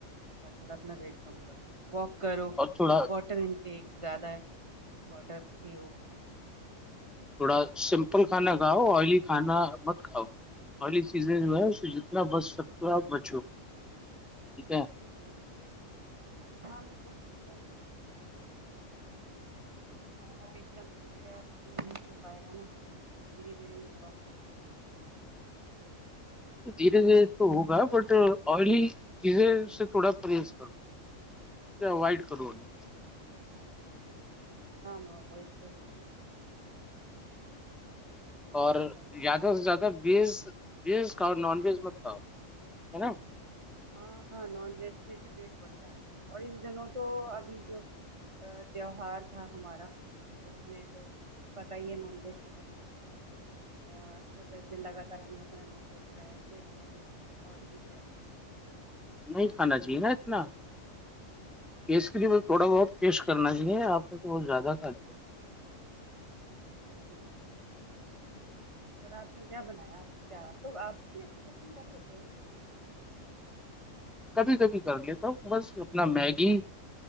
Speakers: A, on the right; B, in the centre.
A: کہ آپ تھوڑا اپنا ویٹ کم کرو واک کرو
B: اور تھوڑا
A: واٹر ایکیک زیادہ واٹر پ ہو یہ سب
B: تھوڑا
A: باقی
B: سمپل
A: میڈیسن
B: کھانا کھاؤ آئلی کھانا مت کھاؤ والی چیزیں جو ہے اپتنا بس سب کو آپ بچو ٹھیک ہے
A: جی جی میں کوشش اب ایک دم سے تو ار نہیں ہو پائے گا نا دھیرے دھیرے ہی ہوگا
B: دھیرے دھیرے تو ہوگا بٹ آئلی چیزیں اس سے تھوڑا پرہیز کرو وائٹ کرو نے
A: <inaudible> آم کو <inaudible>
B: اور
A: یہ جنک فوڈ
B: زیادہ
A: جو
B: سے زیادہ
A: ہے
B: بیس بیس اور نان بیس تا ہے نا
A: ہاں ہاں نان ویج سے بھی ویٹ بڑھتا ہے اور ان دنوں تو ابھی جو تہوار تھا ہمارا اس میں تو پت ہی ہے نان ویج کتنا آھ سے دس دن لگاتار ہم نے اتنا نان ویج کھایا ہے کہ ہمارا ویٹ اور بھی بڑھ جائے
B: نہیں کھانا چاہیے نا اتنا اسکری میں تھوڑا بہت ٹیسٹ کرنا چاہیے آپ کو تو بہت زیادہ کھادی ہے
A: صحیح بات اور آپ نے کیا بنایا کیا تو آپ بھی اچھی کوکنگ کر لیتے ہو نا
B: کبھی کبھی کر لیتا بس اپنا میگی